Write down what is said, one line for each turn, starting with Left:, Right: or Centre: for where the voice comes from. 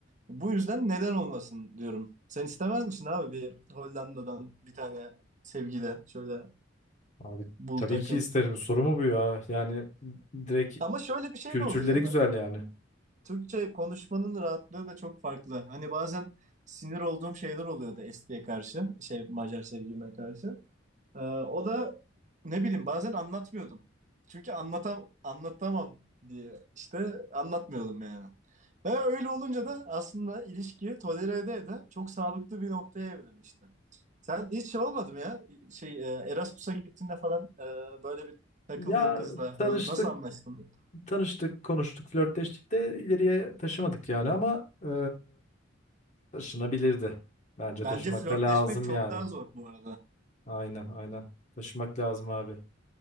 Right: Bu yüzden neden olmasın diyorum. Sen istemez misin abi bir Hollanda'dan bir tane sevgili şöyle
Left: Abi
Right: bul
Left: tabii
Right: takıl.
Left: ki isterim soru mu bu ya yani direkt
Right: Ama şöyle bir şey
Left: kültürleri
Right: de oluyor
Left: güzel
Right: bak.
Left: yani.
Right: Türkçe konuşmanın rahatlığı da çok farklı. Hani bazen sinir olduğum şeyler oluyordu Esti'ye karşı, şey Macar sevgilime karşı. Ee, o da ne bileyim bazen anlatmıyordum. Çünkü anlatam anlatamam diye işte anlatmıyordum yani. Ve öyle olunca da aslında ilişki tolere ede ede çok sağlıklı bir noktaya evrilmişti. Sen hiç şey olmadı mı ya? Şey e, Erasmus'a gittiğinde falan e, böyle bir takıldığın
Left: Ya
Right: kızla
Left: tanıştık
Right: falan nasıl anlaştın?
Left: tanıştık, konuştuk, flörtleştik de ileriye taşımadık yani ama e, taşınabilirdi. Bence
Right: Bence
Left: taşımak
Right: flörtleşmek
Left: da lazım
Right: çok
Left: yani.
Right: daha zor bu arada.
Left: Aynen, aynen. Taşımak lazım abi.